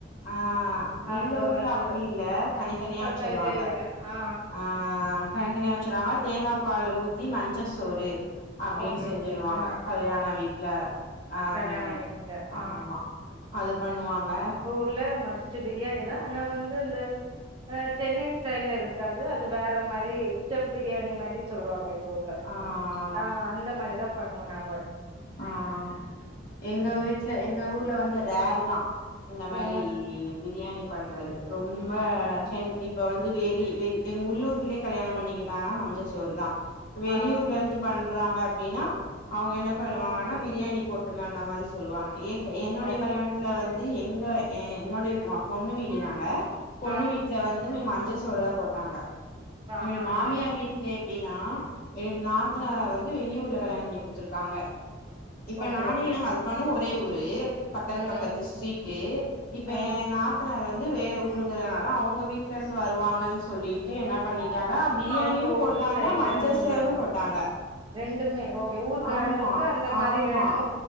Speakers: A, on the left; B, on the right.
A: ஆ எங்க
B: அங்க
A: ஊர்ல
B: வந்து
A: அப்பிடி இல்ல தனி தனியா வெச்சிருவாங்க.
B: தனி தனி தான ஆ ஆ
A: ஆ தனி தனியா வெச்சிருவாங்க தேங்கா பால் ஊத்தி மஞ்ச சோறு அப்டின்னு
B: ஓகே
A: செஞ்சுருவாங்க
B: ஓகே ஆ
A: கல்யாண வீட்ல ஆ அந்த
B: கல்யாண
A: மாரி
B: வீட்ல ஆ
A: ஆமா அது பண்ணுவாங்க
B: இல்ல மஸ்ட்டு பிரியாணி தா ஆனா வந்து இந்த ஆ சென்னை ஸ்டைல்ல இருக்காது அது வேற மாரி ஸ்டெப் பிரியாணி மாரி சொல்லுவாங்க எங்க ஊர்ல
A: ஆ ஆ
B: ஆ அந்த மாரிதா பண்ணுவோ நாங்கொ
A: ஆ ஆ எங்க வீட்ல எங்க ஊர்ல வந்து ரேரு தா இந்த மாரி
B: ம்
A: வி பிரியாணி பண்றது ரொம்ப சென் இப்ப வந்து வேதி வேதி எங்க உள்ளூர்லை கல்யாணம் பண்ணிக்கிட்டாங்கானா மஞ்சசோறு தா வெளியூர்ல
B: ஆ
A: இருந்து பண்றாங்க அப்டின்னா அவுங்க பண்ணுவாங்கன்னா
B: ம்
A: பிரியாணி போட்டுலங்க மாரி சொல்லுவாங்க எ க என்னுடைய
B: ஓ
A: கல்யாணத்துல வந் து எங்க எ என்னுடைய மா பொண்ணு வீடு நாங்க பொண்ணு
B: ஆ
A: வீட்ல வந்து மஞ்ச சோறுதா போட்டாங்க
B: ஆ
A: என்னுடைய
B: ஆ
A: மாமியார்
B: ஆ
A: வீட் ல எப்படின்னா எ நாத்தனார வந்து வெளியூர்ல கல்யாணம் பண்ணி குடுத்துருக்காங்க இப்ப
B: ஓகே
A: நானு
B: ஓகே
A: எ ஹஸ்பண்டு ஒரே ஊரு பக்கத்து
B: ம்
A: பக்கத்து ஸ்ட்ரீட்டு இப்ப
B: ம்
A: எ நா நாத்தனார் வந்து வேற ஊருங்கறனால அவுங்க வீட்டுல இருந்து வருவாங்கன்னு சொல்லி ட்டு என்ன பண்ணிட்டாங்க பிரியாணியும்
B: அவுங்க
A: போட்டாங்க
B: ஊரு ஸ்டைலு
A: மஞ்ச
B: அந்த
A: சோறும்
B: மாரி
A: போட்டாங்க
B: ரெண்டுமே ஓகே ஊர்கக்காரங்களுக்கு
A: ஆமா
B: அந்த மாரி
A: ஆமா
B: வேணு